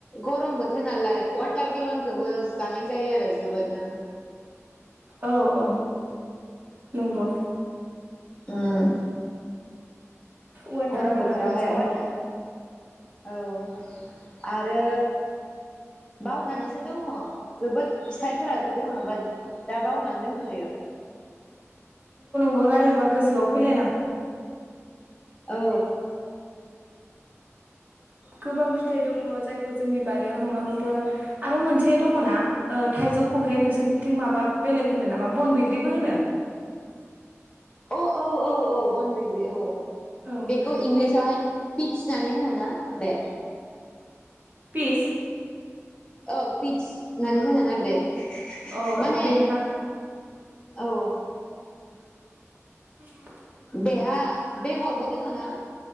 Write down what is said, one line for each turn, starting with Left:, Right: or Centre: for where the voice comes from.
Left: गरम बोथोर नालाय वाटार खौबो जानाय जायो <unintelligible> जोबोदनो
Right: औ औ नंगौ
Left: उम
Right: वाटारमेलन
Left: गरम बोथोरावहाय
Right: आं जायो
Left: अवाटार
Right: दा
Left: औ आरो बावनानैसो दङ जोबोद फिथाइफोराथ' दङ बाथ दा बावनानै दंथ'यो
Right: गौ रायलायबा गोसोआव फैलायला
Left: औ
Right: गोबां फिथाइ दङ जायखौ जोंनि बारियाव नङाबाबो आरो मोनसे दङना ओ थाइजौ खहेखौहाय नोंसोरनिथिं माबा बेलेग होनो नामा बन बैग्रिबो होनो
Left: औ औ औ औ बन बैग्रि औ
Right: औ
Left: बेखौ इंलिसावहाय
Right: बे
Left: पि फि नानै होनोना बे
Right: पिस
Left: औ पिटस होननानै होनोना बे
Right: औ
Left: माने
Right: औ बेनो दां
Left: औ
Right: <inaudible>
Left: बेहा बेगरबो दोङो ना